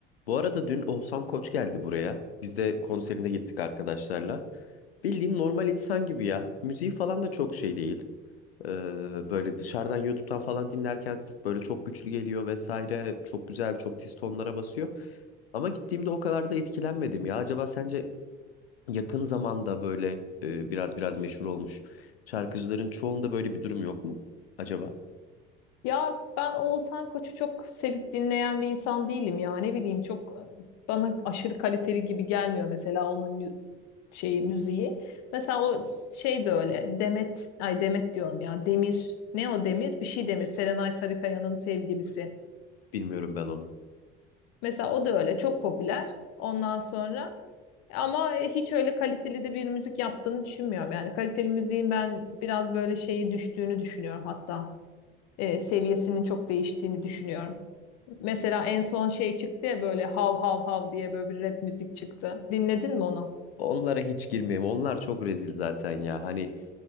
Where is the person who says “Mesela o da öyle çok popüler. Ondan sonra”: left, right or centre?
Left